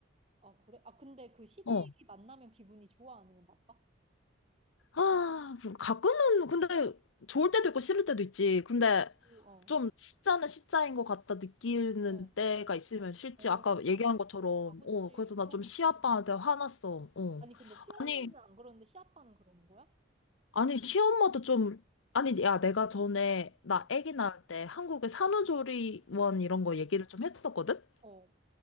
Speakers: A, on the right; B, on the left.
A: 아, 그래? 아, 근데 그 시댁이
B: 어
A: 만나면 기분이 좋아? 아니면 나빠?
B: 아, 가끔은 근데 좋을 때도 있고 싫을 때도 있지. 근데
A: 오, 어,
B: 좀 시자는 시자인 것 같다 느끼는
A: 어,
B: 때가 있으면 싫지.
A: 어.
B: 아까 얘기한
A: 아, 그치.
B: 것처럼.
A: 아, 그치.
B: 어, 그래서 나
A: 그러면
B: 좀 시아빠한테
A: 진짜 기분 나빠.
B: 화났어. 어.
A: 아니, 근데 시어머니는
B: 아니,
A: 안 그러는데 시아빠는 그러는 거야?
B: 아니, 시엄마도 좀, 아니, 야, 내가 전에 나
A: 어,
B: 아기 낳을 때 한국의 산후조리원
A: 어,
B: 이런 거 얘기를 좀 했었거든?
A: 어,